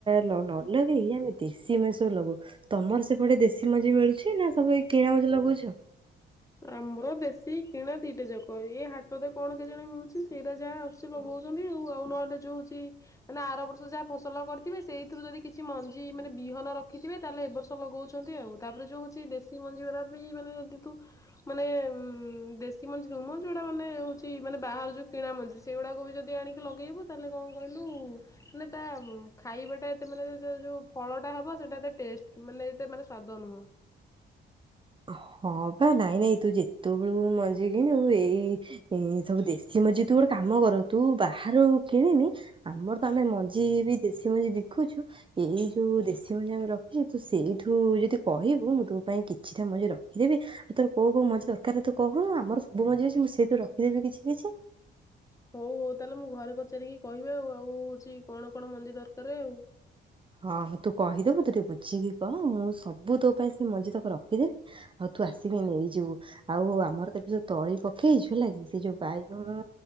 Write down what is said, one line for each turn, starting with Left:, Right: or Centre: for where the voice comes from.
Right: ଲ ନ ଲଗେଇ ଆମେ ଦେଶୀ ମାଞ୍ଜି ସବୁ ଲଗଉ। ତମର ସେପଟେ ଦେଶୀ ମଞ୍ଜି ମିଳୁଛି ନା ସବୁ ଏ କିଣା ମଞ୍ଜି ଲଗଉଛ?
Left: ଆମର ଦେଶୀ କିଣା ଦିଟା ଯାକ ଏଇ ହାଟରେ କଣ କେଜାଣି ମିଳୁଛି ସେଇରା ଯାହା ଆସୁଛି ଲଗଉଛନ୍ତି ଆଉ ନହେଲେ ଯଉଛି ମାନେ ଆର ବର୍ଷ ଯାହା ଫସଲ କରିଥିବେ ସେଇଥିରୁ ଯଦି କିଛି ମଞ୍ଜି ମାନେ ବିହନ ରଖିଥିବେ ତାହେଲେ ଏବର୍ଷ ଲଗଉଛନ୍ତି ଆଉ ତାପରେ ଯୋଉ ହଉଛି ଦେଶୀ ମଞ୍ଜି ଗୁରା ଵି ମାନେ ଯଦି ତୁ ମାନେ ଉଁ ଦେଶୀ ମଞ୍ଜି ନୁମ ଯୋଉଟା ମାନେ ହଉଛି ମାନେ ବାହାର ଯୋଉ କିଣା ମଞ୍ଜି ସେଇଗୁଡ଼ାକ ବି ଯଦି ଆଣିକି ଲଗେଇବୁ ତାହେଲେ କଣ କହିଲୁ ମାନେ ତା ଖାଇବାଟା ଏତେ ମାନେ ଯୋଉ ଫଳଟା ହବ ସେଟା ଏତେ ଟେଷ୍ଟ ମାନେ ଏତେ ମାନେ ସ୍ଵାଦ ନୁହଁ।
Right: ହଁ ପା ନାଇଁ ନାଇଁ ତୁ ଯେତେବେଳୁ ମଞ୍ଜି କିଣବୁ ଏଇ ଏ ସବୁ ଦେଶୀ ମଞ୍ଜି ତୁ ଗୋଟେ କାମ କର ତୁ ବାହାରୁ କିଣିନି ଆମର ତ ଆମେ ମଞ୍ଜି ବି ଦେଶୀ ମଞ୍ଜି ବିକୁଛୁ ଏଇ ଯୋଉ ଦେଶୀ ମଞ୍ଜି ଆମେ ରଖିଛୁ ତୁ ସେଇଠୁ ଯଦି କହିବୁ ମୁଁ ତୋ ପାଇଁ କି କିଛି ଟା ମୁଁ ଆଜି ରଖିଦେବି। ଆଉ ତୋର କୋଉ କୋଉ ମଞ୍ଜି ଦରକାର ତୁ କହୁନୁ ଆମର ସବୁ ମଞ୍ଜି ଅଛି ମୁଁ ସେଇଥିରୁ ରଖିଦେବି କିଛି କିଛି।
Left: ହଉ ହଉ ତାହେଲେ ମୁଁ ଘରେ ପଚାରିକି କହିବି ଆଉ ଆଉ ହଉଛି କଣ କଣ ମଞ୍ଜି ଦରକାର ଆଉ।
Right: ହଁ ତୁ କହିଦବୁ ତୁ ଟିକିଏ ବୁଝିକି କହ ମୁଁ ସବୁ ତୋ ପାଇଁ ସେ ମଞ୍ଜି ତକ ରଖିଦେବି। ଆଉ ତୁ ଆସିକି ନେଇଯିବୁ। ଆଉ ଆମର ଏବେ ଯୋଉ ତଳି ପକେଇଛୁ ହେଲା କି ସେ ଯୋଉ ବାଇଗଣ